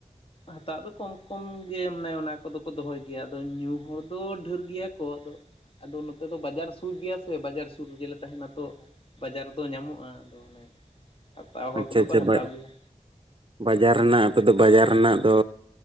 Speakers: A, on the left (about 40°); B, on the right (about 40°).
A: ᱦᱟᱛᱟᱜ ᱫᱚ ᱠᱚᱢ ᱠᱚᱢ ᱜᱮ ᱢᱟᱱᱮ ᱚᱱᱟ ᱠᱚᱫᱚ ᱠᱚ ᱫᱚᱦᱚᱭ ᱜᱮᱭᱟ ᱟᱫᱚ ᱧᱩ ᱦᱚᱲ ᱫᱚ ᱰᱷᱮᱨ ᱜᱮᱭᱟ ᱛᱚ ᱟᱫᱚ ᱟᱫᱚ ᱱᱚᱛᱮ ᱫᱚ ᱵᱟᱡᱟᱨ ᱥᱩᱨ ᱜᱮᱭᱟ ᱥᱮ ᱵᱟᱡᱟᱨ ᱥᱩᱨ ᱨᱮᱜᱮᱞᱮ ᱛᱟᱦᱮᱱᱟ ᱛᱚ ᱵᱟᱡᱟᱨ ᱨᱮᱫᱚ ᱧᱟᱢᱚᱜᱼᱟ ᱟᱫᱚ ᱚᱱᱮ ᱦᱟᱛᱟᱣ ᱦᱚᱲ
B: ᱟᱪᱪᱷᱟ
A: ᱠᱚᱫᱚ
B: ᱟᱪᱪᱷᱟ
A: ᱠᱚ ᱦᱟᱛᱟᱣ
B: ᱵᱟ,
A: ᱜᱮᱭᱟ
B: ᱵᱟᱡᱟᱨ ᱨᱮᱱᱟᱜ ᱟᱯᱮ ᱫᱚ ᱵᱟᱡᱟᱨ ᱨᱮᱱᱟᱜ ᱫᱚ